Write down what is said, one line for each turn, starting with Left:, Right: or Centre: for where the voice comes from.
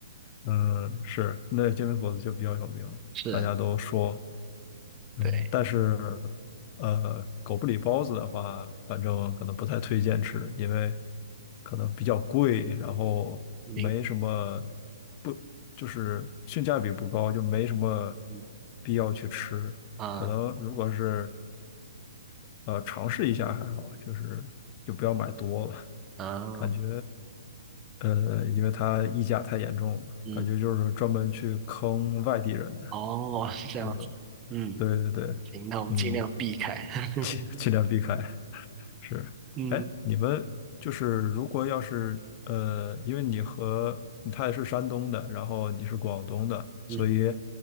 Left: 嗯，是，那煎饼果子就比较有名，
Right: 是，
Left: 大家都说，嗯，
Right: 对，
Left: 但是，呃，狗不理包子的话，反正可能不太推荐吃，因为可能比较贵，然后没什么，
Right: 明，
Left: 不，就是性价比不高，就没什么
Right: 嗯
Left: 必要去吃。
Right: 啊
Left: 可能如果是呃，尝试一下还好，就是就不要买多了，
Right: 啊，
Left: 感觉，呃，因为它溢价太严重了，
Right: 嗯，
Left: 感觉就是专门去坑外地人的
Right: 哦，是这样子，
Left: 这种。
Right: 嗯，
Left: 对对对，
Right: 行，那我们尽量避开。
Left: 嗯，
Right: <laughs>
Left: 尽尽量避开。是，
Right: 嗯
Left: 哎，你们就是如果要是呃，因为你和他也是山东的，然后你是广东的，所以
Right: 嗯，